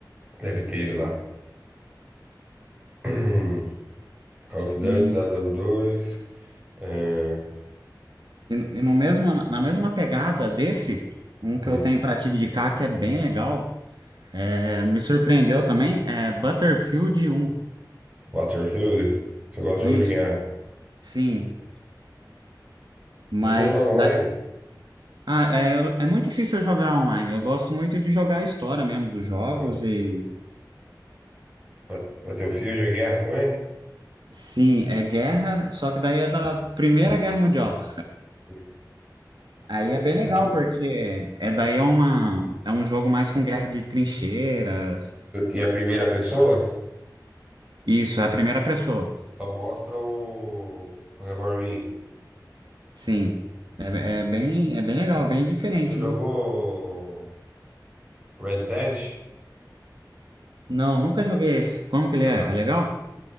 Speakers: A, on the right; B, on the right.
A: Deve ter ele lá. <clears throat> Call of Duty,
B: E,
A: ww dois, é,
B: e, e no mesmo, na mesma pegada desse, um que
A: hum,
B: eu tenho para te indicar que é bem legal, é, me surpreendeu também, é Battlefield um
A: Battlefield. Você gosta de
B: Isso,
A: jogo de guerra?
B: sim. Mas
A: Mas você não joga online?
B: da- ah, é, é muito difícil eu jogar online. Eu gosto muito de jogar a história mesmo dos jogos
A: Hum,
B: e
A: Bat- Battlefield é guerra também?
B: Sim, é guerra, só que daí é da Primeira Guerra Mundial.
A: Hum.
B: Aí é bem legal,
A: É tu...
B: porque é daí é uma é um jogo mais com guerra de trincheiras.
A: E a primeira pessoa
B: Isso, é a primeira pessoa.
A: só mostra o, o revolvinho.
B: Sim. É, é bem é bem legal, bem diferente,
A: Você jogou
B: viu?
A: Red Dead?
B: Não, nunca joguei esse. Como que ele
A: Ah,
B: é? É legal?